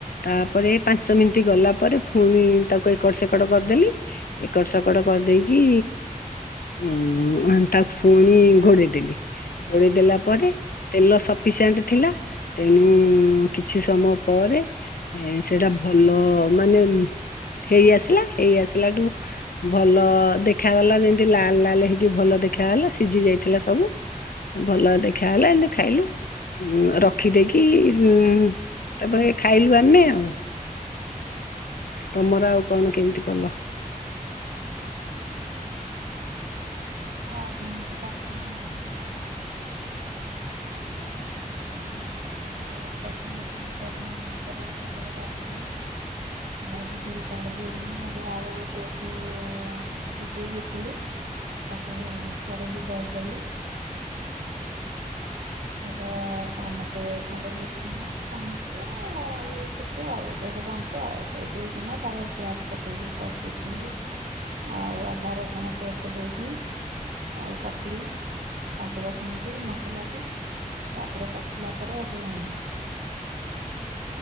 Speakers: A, on the left (about 90°); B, on the right (about 80°).
A: ତାପରେ ପାଞ୍ଚ ମିନିଟ ଗଲା ପରେ ପୁଣି ତାକୁ ଏକଡ ସେକଡ କରିଦେଲି, ଏକଡ ସେକଡ କରିଦେଇକି ଉଁ ତାକୁ ପୁଣି ଘୋଡେଇଦେଲି, ଘୋଡେଇ ଦେଲା ପରେ, ତେଲ ସ ପିସାଟ ଥିଲା। ତେଣୁ କିଛି ସମୟ ପରେ, ସେଇଟା ଭଲ ମାନେ ହେଇ ଆସିଲା, ହେଇ ଆସିଲାଠୁ ଭଲ ଦେଖାଗଲା, ଯେମତି -ଲାଲ ଲାଲ ହେଇକି ଭଲ ଦେଖା ହେଲା, ସିଝି ଯାଇଥିଲା ସବୁ, ଭଲ ଦେଖା ହେଲା, ଏମିତି ଖାଇଲୁ। ରଖିଦେଇକି, ଉ ତାପରେ ଖାଇଲୁ ଆମେ ଆଉ ତମର ଆଉ କଣ କେମିତି କଲ?
B: ଆଜ ମ କଖ <unintelligible> ହୁଁ <inaudible> ତାର ପଶ ହେ ତାକୁ ନିର୍ଣରେ ସେବେଳେ ରାଜ ଦେଲ <unintelligible> ଦଜିିଦ ପା ଦେଇ ନା ଆ ଆଳୁକୁ <unintelligible> ଚିିକେଇକିଥିଲି ତାକୁ ଛଡେଇକି ଦେଇଦଲି <unintelligible>
A: <inaudible>
B: େର ଚାମଚେ ଖଣ୍ଡୋମଚେ ଆଉ କ <unintelligible> ଆଉ ଦେଖ ଜାଣିଛ ଆଉ ଦେଇଦେଇକିନା ତାକୁ ପିଆଜ କକେଇକି କଷି ଦେଇେଇକି <unintelligible> ଆଉ ଅଦା ରସୁଣ ପେଷ୍ଟ ଦେଇକି ଆଉ କସିଲି, ପାଞ୍ଚ ଦ ସେମିତି ମ ମସଲାକୁ, ତାପରେ କସିଲା ପରେ, ଏବେୁ <unintelligible> ଆଣ